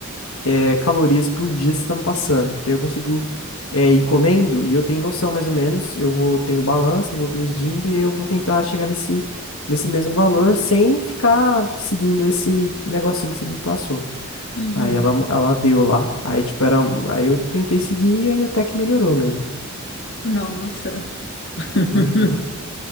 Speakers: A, on the left (about 80°); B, on the left (about 55°).
A: eh, calorias por dia você está me passando, porque aí eu consigo eh, ir comendo e eu tenho noção mais ou menos, eu vou tenho balança, eu vou medindo e aí eu vou tentar chegar nesse nesse mesmo valor sem ficar seguindo esse negocinho que você me passou.
B: Uhum.
A: Aí ela, ela deu lá. Aí, tipo, era. um, Aí eu tentei seguir e até que melhorou mesmo.
B: Nossa. <laughs>
A: Uhum.